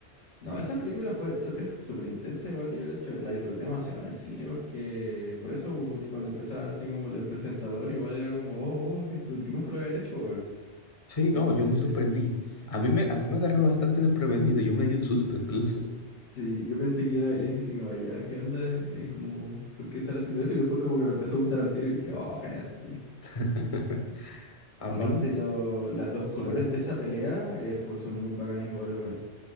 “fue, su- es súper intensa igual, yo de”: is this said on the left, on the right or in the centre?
Left